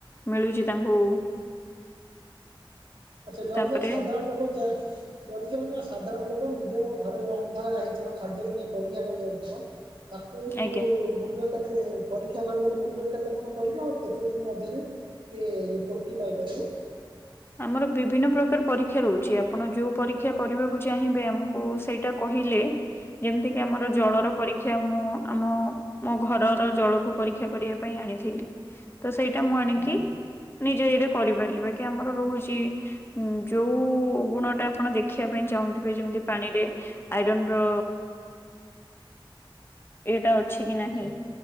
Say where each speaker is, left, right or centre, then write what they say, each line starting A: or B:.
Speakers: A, on the left; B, on the right.
A: ମିଳୁଚି ତାଙ୍କୁ
B: ଆଚ୍ଛା ଜଣେ
A: ତାପରେ
B: ତ ସାଧାରଣ ଲୋକ ତା ଯଦି ଜଣେ ସାଧାରଣ ଲୋକ ନିଜର ଘରରେ ରନ୍ଧା ହୋଇଥିବା ଖାଦ୍ୟକୁ ନେଇ ପରୀକ୍ଷା କରିବାକୁ ଯିବ ତାକୁ
A: ଆଜ୍ଞା।
B: ମୂଲ୍ୟ କେତେ ପରୀକ୍ଷା କରିବାର ମୂଲ୍ୟ କେତେ କଣ ପଡିବ ଆଉ କେତେ ଦିନ ମଧ୍ୟରେ କିଏ ରିପୋର୍ଟଟି ପାଇପାରିବ।
A: ଆମର ବିଭିନ୍ନ ପ୍ରକାର ପରୀକ୍ଷା ରହୁଚି। ଆପଣ ଯୋଉ ପରୀକ୍ଷା କରିବାକୁ ଚାହିଁବେ ଆମକୁ ସେଇଟା କହିଲେ ଯେମିତି କିି ଆମର ଜଳର ପରୀକ୍ଷା ମୁଁ ଆମ ମୋ ଘରର ଜଳକୁ ପରୀକ୍ଷା କରିବା ପାଇଁ ଆଣିଥିଲି। ତ ସେଇଟା ମୁଁ ଆଣିକି
B: ଆଜ୍ଞା
A: ନିଜ ଇଏରେ କରିପାରିଲି ବାକି ଆମର ରହୁଚି ଯୋଉ ଗୁଣଟା ଆପଣ ଦେଖିବା ପାଇଁ ଚାହୁଁଥିବେ ଯେମିତି ପାଣିରେ ଆଇରନର ଏଇଟା ଅଛି କି
B: ଆଚ୍ଛା
A: ନାହିଁ।